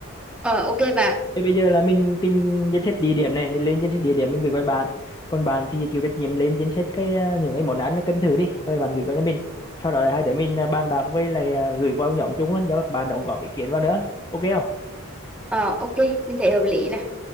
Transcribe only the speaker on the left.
Thế bây giờ là mình tìm danh sách địa điểm này, mình lên danh sách địa điểm mình gửi qua bạn. Còn bạn thì chịu trách nhiệm lên danh sách cái à, những cái món ăn cần thử đi, rồi bạn gửi qua cho mình. Sau đó hai đứa mình à, bàn bạc với lại à, gửi vào nhóm chung luôn cho các bạn đóng góp ý kiến vào nữa. Ok không?